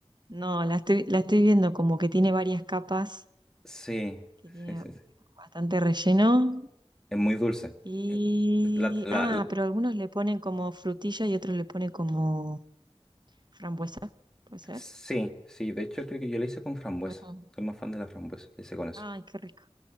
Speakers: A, on the right (about 40°); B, in the centre.
A: No, la estoy, la estoy viendo como que tiene varias capas,
B: Sí,
A: que tiene
B: sí, sí, sí.
A: bastante relleno.
B: Es muy dulce.
A: Y,
B: La, la-
A: ah,
B: la-
A: pero algunos le ponen como frutilla y otros le ponen como frambuesa, ¿puede ser?
B: sí, sí, de hecho creo que yo la hice con frambuesa.
A: Ujú.
B: Soy más fan de la frambuesa, la hice con eso.
A: Ay, qué rico.